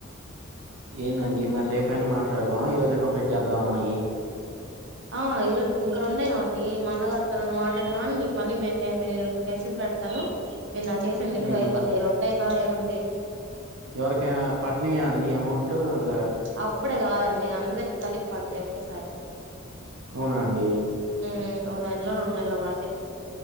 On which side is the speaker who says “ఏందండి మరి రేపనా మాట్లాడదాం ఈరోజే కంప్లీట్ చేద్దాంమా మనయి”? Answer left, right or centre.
Right